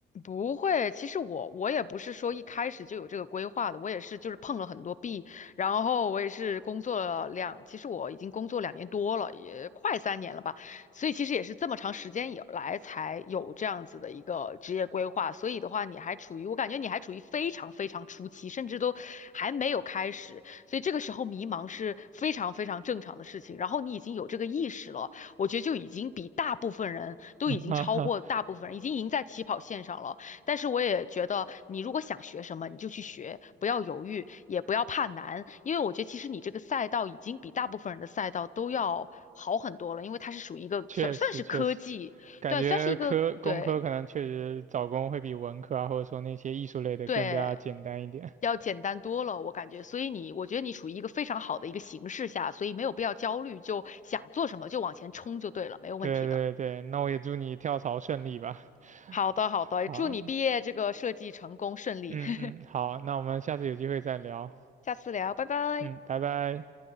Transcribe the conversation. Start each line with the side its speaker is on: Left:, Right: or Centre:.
Left: 不会，其实我我也不是说一开始就有这个规划的，我也是就是碰了很多壁，然后我也是工作了两，其实我已经工作两年多了，也快三年了吧，所以其实也是这么长时间以来才有这样子的一个职业规划，所以的话你还处于，我感觉你还处于非常非常初期，甚至都还没有开始，所以这个时候迷茫是非常非常正常的事情，然后你已经有这个意识了。我觉得就已经比大部分人都已经超过大部分人，
Right: <laughs> 哈哈，
Left: 已经赢在起跑线上了。但是我也觉得，你如果想学什么，你就去学，不要犹豫，也不要怕难，因为我觉得其实你这个赛道已经比大部分人的赛道都要好很多了，因为它是属于一个算算是科技，
Right: 确实确实，感觉科工科可能确实找工会比文科啊，
Left: 对，算是一个对
Right: 或者说那些艺术类的更加简单一点。
Left: 对。要简单多了，
Right: <laughs>
Left: 我感觉，所以你，我觉得你处于一个非常好的一个形势下，所以没有必要焦虑，就想做什么就往前冲就对了，没有问题的。
Right: 对对对，那我也祝你跳槽顺利吧。<laughs>
Left: 好的，好的，
Right: 好，
Left: 祝你毕业这个设计成功顺利，
Right: 嗯嗯，
Left: <laughs>
Right: 好，那我们下次有机会再聊。
Left: 下次聊，拜拜。
Right: 嗯，拜拜。